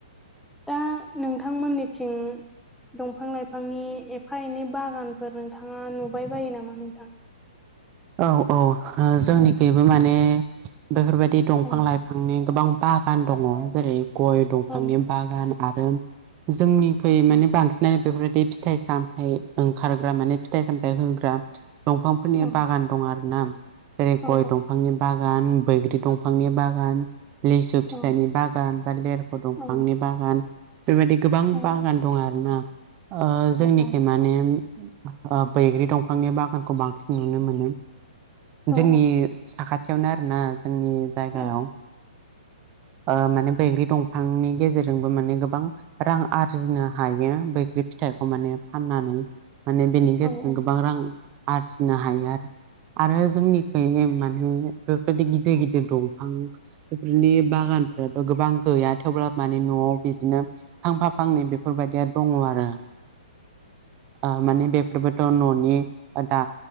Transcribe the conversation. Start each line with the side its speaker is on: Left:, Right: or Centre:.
Centre: दा नोंथांमोननिथिं दंफां लाइफांनि एफा एनै बागानफोर नोंथाङा नुबाय बायो नामा नोंथां।
Right: औ औ जोंनिखैबो
Centre: औ
Right: माने बेफोर बायदि दंफां
Centre: औ
Right: लाइ फांनि गोबां बागान दङ जेरै गय दंफांनि
Centre: औ
Right: बागान आरो जोंनि फै माने
Centre: औ
Right: बांसिनानो बेफोरबायदि फिथाइ सामथाइ ओंखारग्रा माने फिथाइ सामथाय होग्रा दंफांफोरनि
Centre: औ
Right: बागान दं आरोना जेरै
Centre: औ
Right: गय दंफांनि बागान बैग्रि दंफांनि बागान। लिसु फिथाइनि
Centre: औ
Right: बागान बा लेरख दंफांनि
Centre: औ
Right: बागान बेफोरबायदि। गोबां
Centre: औ
Right: बागान दं आरोना। ओ जोंनिखि
Centre: औ
Right: माने ओ बैग्रि दंफांनि बागानखौ बांसिन नुनो मोनो
Centre: औ
Right: जोंनि साखाथियावनो आरोना जोंनि जायगायाव
Centre: औ
Right: ओ माने बैग्रि दंफांनि गेजेरजोंबो माने गोबां रां आरजिनो हायो बैग्रि फिथाइखौ माने फाननानै माने बेनि गेजेरजों
Centre: औ
Right: गोबां
Centre: औ
Right: रां आरजिनो हायो आरो। आरो जोंनिखै माने बेफोरबायदि गिदिर गिदिर दंफां बेफोरनि बागानफ्राथ' गोबां गैया थेवब्ला माने न'आव बिदिनो फांफा फांनै बेफोरबायदिया दङ आरो। ओ माने बेफोरबोथ' न'नि दा